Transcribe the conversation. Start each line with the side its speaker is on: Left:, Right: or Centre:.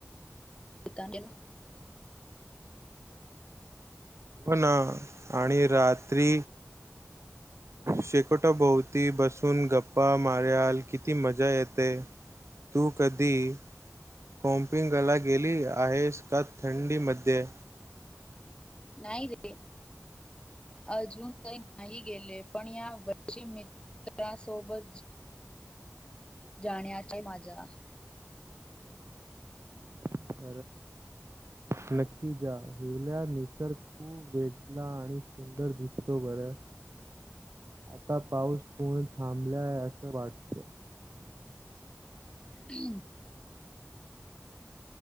Left: येत ना.
Right: हो ना. आणि रात्री शेकोट बसुन ती बसून गप्पा मार्याल किती मजा येते तू कधी कोमपिंगला गेली आहेस का थंडी मध्ये.
Left: नाही रे अजून काही नाही गेले पण या वर्षी मित्रासोबत जाण्याचा माझाआहे.
Right: <inaudible> नक्की जा. हिवल्या निसर्ग खूप वेगला आणि सुंदर दिसतो बर आता पाऊस पूर्ण थांबलाय असं वाटत.
Left: हम्म